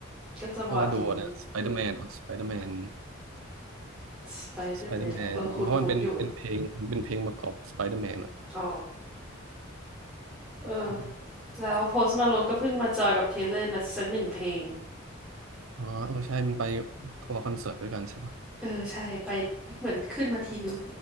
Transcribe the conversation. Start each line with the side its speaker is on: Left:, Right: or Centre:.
Centre: ก็จังหวะดี
Right: เพราะว่าดูนะ Spider-Man อ่ะ Spider-Man
Centre: สไปเดอร์แมนแล้วเออคุ้นคุ้นอยู่
Right: Spider-Man เพราะมันเป็นเป็นเพลงมันเป็นเพลงประกอบ Spider-Man อ่ะ
Centre: อ๋อเออ
Right: อืม
Centre: แล้วโพสต์มาลงก็เพิ่งมาจอยกับเทเลอร์นะสักหนึ่งเพลง
Right: อ๋อเออใช่มันไปทัวร์คอนเสิร์ตด้วยกันใช่ปะ
Centre: เออใช่ไปเหมือนขึ้นมาทีนึง